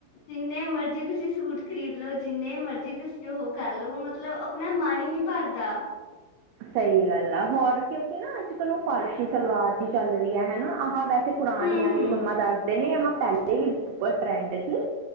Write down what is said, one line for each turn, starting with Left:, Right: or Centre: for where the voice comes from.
Left: ਜਿੰਨੇ ਮਰਜ਼ੀ ਤੁਸੀਂ ਸੂਟ ਖਰੀਦ ਲਓ ਜਿੰਨੇ ਮਰਜ਼ੀ ਤੁਸੀਂ ਉਹ ਕਰ ਲਵੋ ਮਤਲਬ ਆਪਣਾ ਮਨ ਹੀ ਨੀ ਭਰਦਾ।
Right: ਸਹੀ ਗੱਲ ਆ ਹੋਰ ਕਿਉਂਕਿ ਨਾ ਅੱਜ-ਕੱਲ ਉਹ ਫਾਰਸ਼ੀ ਸਲਵਾਰ ਹੀ ਚੱਲ ਰਹੀ ਹੈ, ਹਨਾ ਆਹ ਵੈਸੇ <unintelligible> ਪੁਰਾਣੇ
Left: ਹੂੰ
Right: ਜਮਾਨੇ
Left: ਹੂੰ
Right: ਦੀ ਆ ਗਈ <unintelligible> ਚਲਦੀ ਵੀ ਪਈ ਹ ਬਹੁਤ ਟਰੈਂਡ ਚ